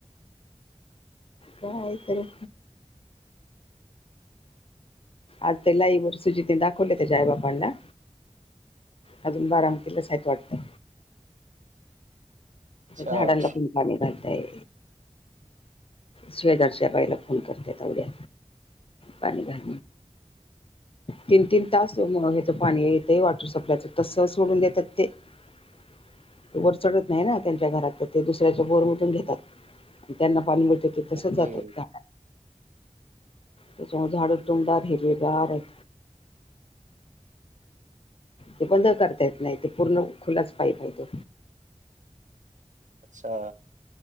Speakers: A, on the left; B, on the right.
A: काय तरी आज ते लाईववर सुजिते दाखवले त्याच्या आई बापांला. अजून बारामती ल साहत वाटतं.
B: अच्छा
A: झाडांला पण पाणी घालताय. शवेजारच्या बाईला फोन करत अवड्या पाणी घाल तीन तीन तास हे तर पाणी येतंय वॉटर सप्लायच तस सोडून देतात ते. त वर चढत नाही ना. त्यांच्या घरात तर ते दुसऱ्याच्या बोरमधून घेतात त्यांना पाणी मिळत ते तसंच
B: ओके
A: जातात. त्याच्यामुळे झाडू तुमड हिरवेगार आहेत. ते बंद करता येत नाही ते पूर्ण खुलच पाईप आहे तो.
B: अच्छा